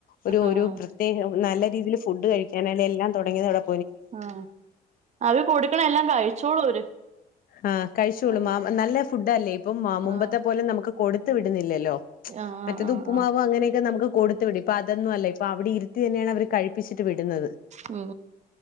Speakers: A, on the left; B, on the right.
A: ഒരു
B: ആഹ്
A: ഒരു പ്ര തേകം നല്ല രീതില് ഫുഡ്ഡ്കഴിക്കാനായാലും എല്ലാം തുടങ്ങിയതവിടെ
B: ആ അവര് കൊടുക്കണെല്ലാം കഴിച്ചോളൂ അവര്
A: ആഹ് കഴിച്ചോളും
B: ആഹ്
A: മാ നല്ല ഫുഡ്ഡാല്ലേ ഇപ്പം മുമ്പത്തെ
B: ആഹ്
A: പോലെ നമുക്ക് കൊടുത്ത് വി ടുന്നില്ലല്ലോ
B: ആഹ്
A: മറ്റേത്
B: ആഹ്
A: ഉപ്പ്മാവ്
B: ആഹ്
A: അങ്ങനെയൊക്കെ നമുക്ക് കൊടുത്ത് വിടും ഇപ്പൊ അതൊന്നുഅല്ല ഇപ്പൊ അവിടെ ഇരുത്തിയന്നെയാണ് അവര് കഴിപ്പിച്ചിട്ട് വിടുന്നത്
B: ഉം